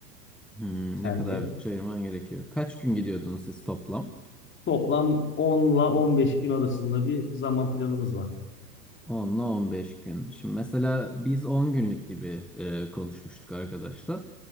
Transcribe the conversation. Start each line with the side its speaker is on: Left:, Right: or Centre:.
Centre: Hmm,
Left: sence?
Centre: ne kadar bütçe ayırman gerekiyor? Kaç gün gidiyordunuz siz toplam?
Left: Toplam 10'la 15 gün arasında bir zaman planımız var.
Centre: 10'la 15 gün. Şimdi mesela biz 10 günlük gibi e, konuşmuştuk arkadaşlar.